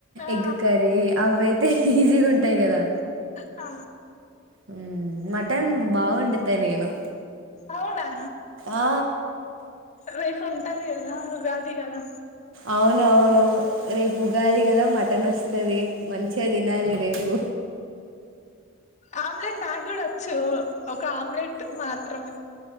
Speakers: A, on the left (about 35°); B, on the right (about 70°).
A: ఆ
B: ఎగ్ కర్రీ అవి అయితే ఈజీగా ఉంటాయి కదా
A: ఆ
B: ఉమ్ మటన్ బా వండుతా నేను
A: అవునా
B: ఆ
A: రేపు ఉంటాది గదా ఉగాది కదా
B: అవునవును రేపు ఉగాది గదా మటన్ వస్తది మంచిగా తినాలి రేపు
A: ఆమ్లెట్ నాకు గూడా వచ్చు ఒక ఆమ్లెట్ మాత్రమే